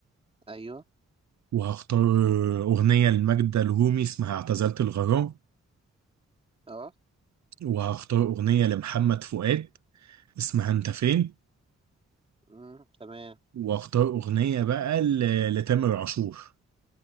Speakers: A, on the right (about 20°); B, on the right (about 70°).
A: ايوه
B: وهختار اغنيه لماجدة الرومي اسمها اعتزلت الغرام
A: اه
B: وهختار أغنية لمحمد فؤاد اسمها انت فين
A: امم تمام
B: واختار اغنيه بقى ل- لتامر عاشور